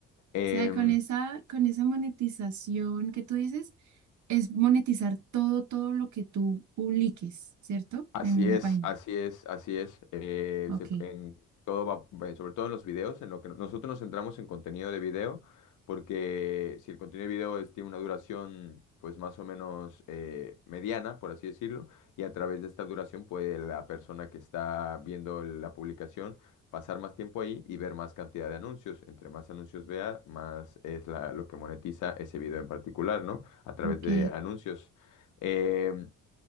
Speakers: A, on the left; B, on the right.
A: Em,
B: sea, con esa, con esa monetización que tú dices, es monetizar todo, todo lo que tú publiques, ¿cierto?
A: Así
B: En
A: es,
B: la página.
A: así es, así es. Eh,
B: Ok,
A: se- en todo va- eh, sobre todo en los videos, en lo que nosotros nos centramos en contenido de video, porque si el contenido de video es- tiene una duración, pues más o menos eh, mediana, por así decirlo, y a través de esta duración puede la persona que está viendo la publicación pasar más tiempo ahí y ver más cantidad de anuncios. Entre más anuncios vea, más es la- lo que monetiza ese video en particular, ¿no? A través
B: ok,
A: de anuncios. Em,